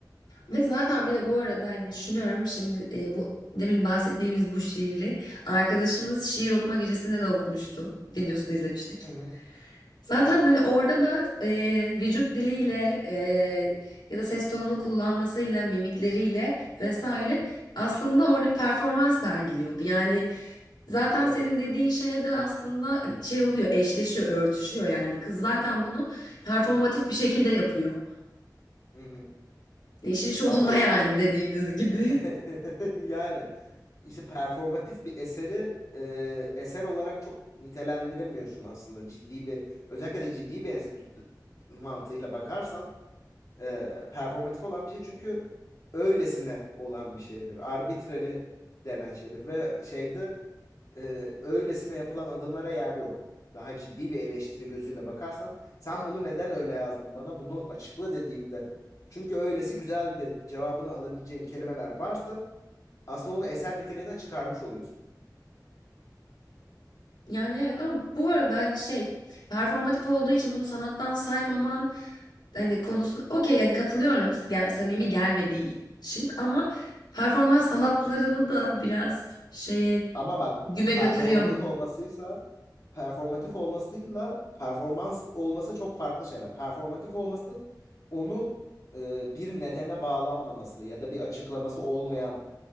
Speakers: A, on the left; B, on the left.
A: Ve zaten bir de bu arada hani düşünüyorum şimdi e, bu demin bahsettiğimiz bu şiiri arkadaşımız şiir okuma gecesinde de okumuştu. Videosunu izlemiştik.
B: Hı hı,
A: Zaten
B: hı hı,
A: hani orada da e, vücut diliyle e, ya da ses tonunu kullanmasıyla, mimikleriyle vesaire aslında orada bir performans sergiliyordu. Yani zaten
B: evet.
A: senin dediğin şeye de aslında hani, şey oluyor, eşleşiyor, örtüşüyor yani. Kız zaten bunu performatif bir şekilde yapıyor.
B: Hı hı.
A: İşin şovunda
B: Ama işte
A: yani dediğimiz gibi.
B: <laughs>
A: <laughs>
B: yani işte performatif bir eseri e, eser olarak çok nitelendiremiyorsun aslında ciddi bir özellikle de ciddi bir enstitü mantığıyla bakarsan e, performatif olan bir şey çünkü öylesine olan bir şeydir. Arbitrary denen şeydir ve şeyde e, öylesine yapılan adımlara yer yok. Daha ciddi bir eleştiri gözüyle bakarsan sen bunu neden öyle yazdın bana bunu açıkla dediğimde çünkü öylesi güzeldi cevabını alabileceğim kelimeler varsa aslında onu eser niteliğine çıkarmış oluyorsun.
A: Yani evet ama bu arada hani şey performatif olduğu için bunu sanattan saymaman hani konusu okey yani katılıyorum gel- samimi gelmediği için ama performans sanatlarını da biraz şeye
B: Ama bak
A: güme
B: performatif
A: götürüyor mu?
B: olmasıyla performatif olmasıyla performans olması çok farklı şeyler. Performatif olması onu e, bir nedene bağlanmaması ya da bir açıklaması olmayan